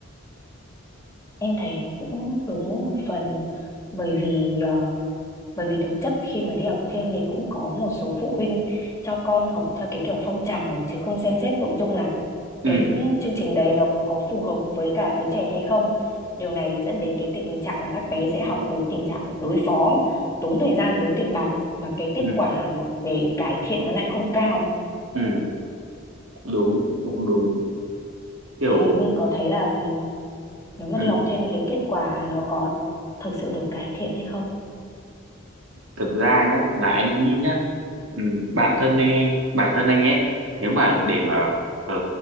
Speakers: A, on the left; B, on the right.
A: em thấy nó cũng đúng một phần bởi vì ờ, bởi vì thực chất khi mà đi học thêm thì cũng có một số phụ huynh cho con học theo cái kiểu phong trào chứ không xem xét nội dung là
B: ừ
A: cái chương trình đấy nó có phù hợp với cả đứa trẻ hay không điều này thì dẫn đến cái tình trạng là các bé sẽ học với tình trạng đối phó tốn thời gian tốn tiền bạc mà cái kết
B: ừ
A: quả mà để cải thiện nó lại không cao
B: ừ đúng cũng đúng kiểu
A: thì anh có thấy là ừ, nếu mà
B: ừ
A: đi học thêm cái kết quả nó có thực sự được cải thiện hay không
B: thực ra nhá là anh nghĩ nhá ừ, bản thân anh, anh bản thân anh ấy nếu mà để mà ờ,